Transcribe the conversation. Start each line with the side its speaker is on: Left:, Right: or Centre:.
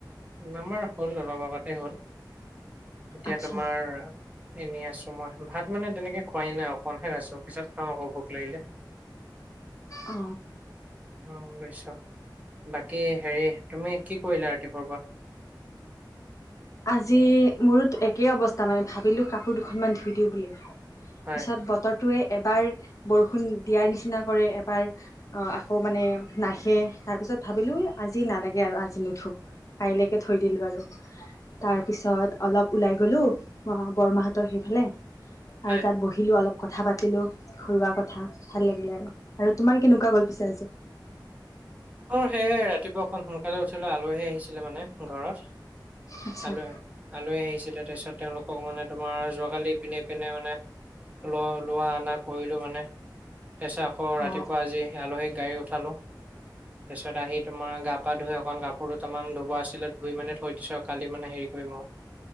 Right: আমাৰ হ'ল ন। অলপ আগতে হ'ল এতিয়া
Left: আচ্ছা
Right: তোমাৰ এনেই আছো মই। ভাত মানে তেনেকে খোৱাই নাই অকমানহে খাইছো, পিছত খাম আকৌ ভোক লাগিলে।
Left: অ।
Right: অ বুজিছো বাকী হেৰি তুমি কি কৰিলা ৰাতিপুৱাৰ পৰা?
Left: আজি মোৰোতো একেই অৱস্থা মানে ভাবিলো কাপোৰ দুখনমান ধুই দিওঁ বুলি।
Right: হয়।
Left: পিছত বতৰ টোৱে এবাৰ বৰষুণ দিয়াৰ নিচিনা কৰে, এবাৰ আকৌ মানে নাহে। তাৰপিছত ভাবিলোঁ আজি নালাগে আৰু আজি নুধো কাইলৈকে থৈ দিলোঁ আৰু। তাৰ পিছত অলপ ওলাই গলো অ বৰমাহতৰ সেইফালে
Right: হয়
Left: আৰু তাত বহিলো অলপ কথা পাতিলো ঘৰুৱা কথা, ভাল লাগিল আৰু। আৰু তোমাৰ কেনেকুৱা গল পিছো আজি?
Right: অ সেয়ে ৰাতিপুৱা অকন সোনকালে উঠিলো আলহী আহিছিলে মানে ঘৰত।
Left: আচ্ছা
Right: আল আলহি আহিছিলে। তাৰপিছত তেওঁলোকক মানে তোমাৰ যোৱাকালি ইপিনে সিপিনে মানে ল-লোৱা অনা কৰিলো মানে। তাৰপিছত আকৌ ৰাতিপুৱা
Left: অঁ
Right: আজি আলহীক গাড়ী উঠালোঁ। তাৰপিছত আহি তোমাৰ গা পা ধুই অকণ কাপোৰ দুটামান ধুব আছিলে ধুই মানে থৈ দিছো কালি মানে হেৰি কৰিম আৰু।